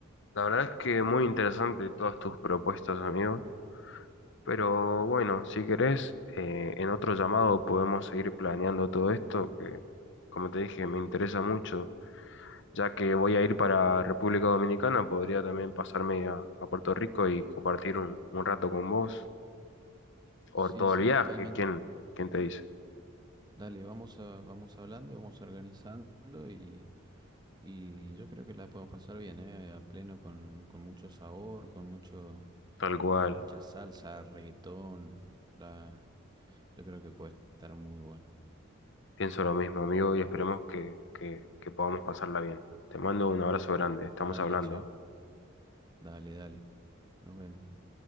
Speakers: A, on the left; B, on the right.
A: La verdad es que muy interesante todas tus propuestas, amigos. Pero bueno, si querés, eh, en otro llamado podemos seguir planeando todo esto, que como te dije, me interesa mucho. Ya que voy a ir para República Dominicana, podría también pasarme a, a Puerto Rico y compartir un, un rato con vos. O
B: Sí,
A: todo
B: sí,
A: el viaje,
B: totalmente.
A: ¿quién, quién te dice?
B: Dale, vamos a, vamos hablando y vamos organizando y, y yo creo que la podemos pasar bien, ¿eh? A pleno con, con mucho sabor, con mucho,
A: Tal cual.
B: mucha salsa, reggaetón. La, yo creo que puede estar muy bueno.
A: Pienso lo mismo, amigo, y esperemos que, que, que podamos pasarla bien. Te mando un abrazo grande, estamos
B: Dale,
A: hablando.
B: che, dale, dale. Nos vemos.